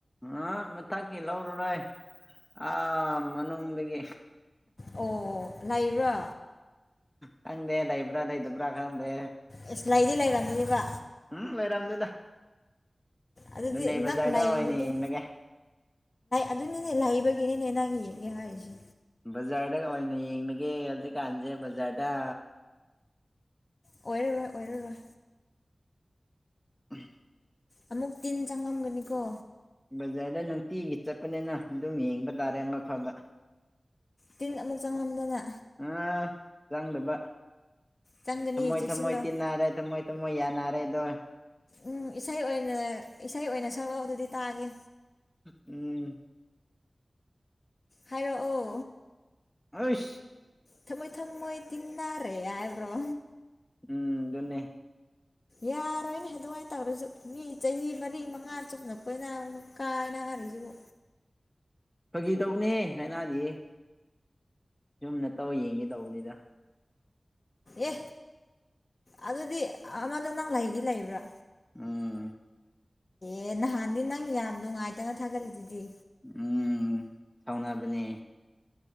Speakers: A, in the centre; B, on the left.
A: ꯍꯨꯛ ꯃꯊꯛꯀꯤ ꯂꯧꯔꯔꯣꯏ ꯑꯥ ꯃꯅꯨꯡꯗꯒꯤ
B: ꯑꯣ ꯂꯩꯕ꯭ꯔꯥ
A: ꯈꯪꯗꯦ ꯂꯩꯕ꯭ꯔꯥ ꯂꯩꯇꯕ꯭ꯔꯥ ꯈꯪꯗꯦ
B: ꯑꯦꯁ ꯂꯩꯥꯏꯗꯤ ꯂꯩꯔꯝꯒꯅꯤꯕ
A: ꯎꯝ ꯂꯩꯔꯝꯗꯦꯗ
B: ꯑꯗꯨꯗꯤ
A: ꯅꯣꯅꯦ ꯕꯖꯥꯔꯗ
B: ꯅꯪ ꯂꯩꯕꯒꯤ
A: ꯑꯣꯏꯅ ꯌꯦꯡꯂꯒꯦ
B: ꯑꯗꯨꯅꯤꯅꯦ ꯂꯩꯕꯒꯤꯅꯤꯅꯦ ꯅꯪ ꯌꯦꯡꯒꯦ ꯍꯥꯏꯔꯤꯁꯦ
A: ꯕꯖꯥꯔꯗ ꯑꯣꯏꯅ ꯌꯦꯡꯅꯒꯦ ꯍꯧꯖꯤꯛꯀꯥꯟꯁꯦ ꯕꯖꯥꯔꯗ
B: ꯑꯣꯏꯔꯔꯣꯏ ꯑꯣꯏꯔꯔꯣꯏ
A: ꯎꯝ <unintelligible>
B: ꯑꯃꯨꯛ ꯇꯤꯟ ꯆꯪꯉꯂꯝꯒꯅꯤꯀꯣ
A: ꯕꯖꯥꯔꯗ ꯅꯨꯡꯇꯤꯒꯤ ꯆꯠꯄꯅꯤꯅ ꯑꯗꯨꯝ ꯌꯦꯡꯕ ꯇꯥꯔꯦ ꯑꯃ ꯐꯕ
B: ꯇꯤꯟ ꯑꯃꯨꯛ ꯆꯪꯂꯝꯗꯅ
A: ꯑꯥ ꯆꯪꯗꯕ
B: ꯆꯪꯒꯅꯤ
A: ꯊꯝꯃꯣꯏ
B: ꯆꯦꯛꯁꯤꯜꯂꯣ
A: ꯊꯝꯃꯣꯏ ꯇꯤꯟꯅꯔꯦ ꯊꯝꯃꯣꯏ ꯃꫭꯏ ꯌꯥꯅꯔꯦꯗꯣ
B: ꯎꯝ ꯏꯁꯩ ꯑꯣꯏꯅ ꯏꯁꯩ ꯑꯣꯏꯅ ꯁꯛꯂꯛꯑꯣ ꯑꯗꯨꯗꯤ ꯇꯥꯒꯦ
A: ꯎꯝ
B: ꯍꯥꯏꯔꯛꯑꯣ
A: ꯍꯥꯖ
B: ꯊꯝꯃꯣꯏ ꯊꯝꯃꯣꯏ ꯇꯤꯟꯟꯅꯔꯦ ꯍꯥꯏꯕ꯭ꯔꯣ
A: ꯎꯝ ꯑꯗꯨꯅꯦ
B: ꯌꯥꯔꯣꯏꯅꯦ ꯑꯗꯨꯃꯥꯏꯅ ꯇꯧꯔꯁꯨ ꯃꯤ ꯆꯍꯤ ꯃꯔꯤ ꯃꯉꯥ ꯆꯨꯞꯅ ꯀꯣꯏꯅ ꯃꯨꯛ ꯀꯥꯏꯅꯔꯤꯁꯤꯕꯨ
A: ꯐꯥꯒꯤ ꯇꯧꯕꯅꯦꯍꯦ ꯂꯥꯏꯅꯥꯗꯤꯌꯀ ꯁꯨꯝ ꯅꯠꯇꯧ ꯌꯦꯡꯒꯦ ꯇꯧꯕꯅꯤꯗ
B: ꯑꯦ ꯑꯗꯨꯗꯤ ꯑꯃꯗꯣ ꯅꯪ ꯂꯩꯗꯤ ꯂꯩꯕ꯭ꯔꯥ
A: ꯎꯝ
B: ꯑꯦ ꯅꯍꯥꯟꯗꯤ ꯅꯪ ꯌꯥꯝ ꯅꯨꯡꯉꯥꯏꯗꯅ ꯊꯥꯒꯠꯂꯤꯗꯨꯗꯤ
A: ꯎꯝ ꯁꯥꯎꯅꯥꯕꯅꯦ